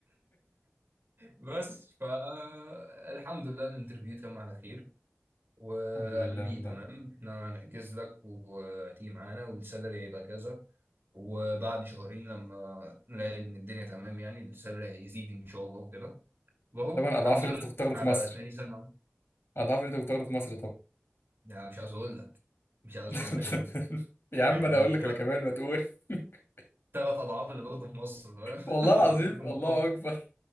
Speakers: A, on the right (about 60°); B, on the left (about 65°).
A: بس فالحمد لله الانترفيو تم على خير وقالوا
B: الحمد لله
A: لي
B: والله
A: تمام احنا هنحجز لك وهتيجي معانا والسالري هيبقى كذا وبعد شهرين لما نلاقي ان الدنيا تمام يعني السالري هيزيد ان شاء الله وكده واهو
B: طبعا
A: الحمد
B: اضعاف اللي
A: لله
B: انت كنت بتاخده في
A: على
B: مصر
A: تاني سنه
B: اضعاف اللي انت كنت بتاخده في مصر
A: يعني مش عايز اقول لك مش عايز
B: <laughs>
A: اقول لك يا شو
B: يا
A: يعني
B: عم انا اقول لك
A: ثلاث
B: انا كمان ما تقول <laughs>
A: ثلاث اضعاف اللي باخده في مصر فاهم
B: والله العظيم
A: <laughs> من غير ما
B: الله
A: نتفق
B: اكبر